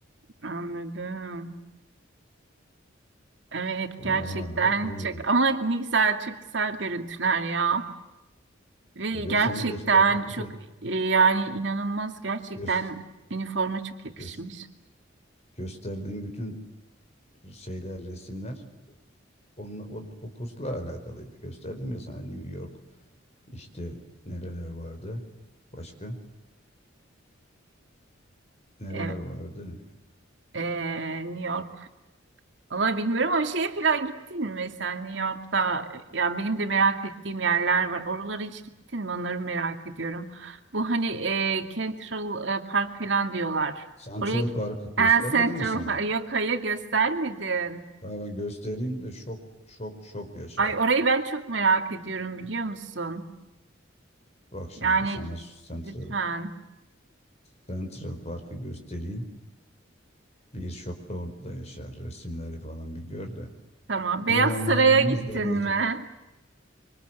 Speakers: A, on the right (about 65°); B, on the left (about 35°).
A: Anladım. Evet
B: Bunlar
A: gerçekten
B: hala duruyor.
A: çok ama ne güzel çok güzel görüntüler ya ve
B: E
A: gerçekten
B: ben sana gösterdiğim bütün
A: çok e, yani inanılmaz gerçekten
B: göz,
A: üniforma çok yakışmış.
B: göz, gösterdiğim bütün şeyler, resimler onunla, o, o kursla alakalıydı. Gösterdim ya sana New York işte nereler vardı başka nereler
A: Evet,
B: vardı.
A: e, New York. Valla bilmiyorum ama şeye falan gittin mi sen New York'ta? Ya benim de merak ettiğim yerler var. Oralara hiç gittin mi? Onları merak ediyorum. Bu hani e, Central e, Park falan diyorlar.
B: Central
A: Oraya
B: Park göstermedim
A: e, Central
B: mi sana?
A: <laughs> Park. yok hayır göstermedin.
B: Daha ben göstereyim de şok şok şok yaşa.
A: Ay orayı ben çok merak ediyorum biliyor musun?
B: Bak şimdi
A: Yani
B: sana Central
A: lütfen.
B: Central Park'ı göstereyim. Bir şok da orada yaşar. Resimleri falan bir gör de.
A: Tamam. Beyaz
B: İnanılmaz
A: Saray'a gittin
B: derece.
A: mi?